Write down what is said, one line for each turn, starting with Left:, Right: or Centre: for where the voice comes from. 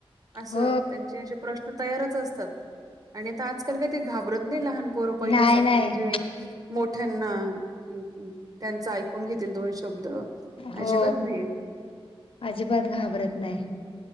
Right: असं,
Left: हो
Right: त्यांचे त्यांचे प्रश्न तयारच असतात आणि आता आजकाल काय ते घाबरत नाही लहान पोरं पहिल्यासारखे
Left: नाही नाही
Right: म्हणजे मोठ्यांना क- त्यांचं ऐकून घेतील दोन शब्द अजिबात
Left: हो
Right: नाही.
Left: अजिबात घाबरत नाही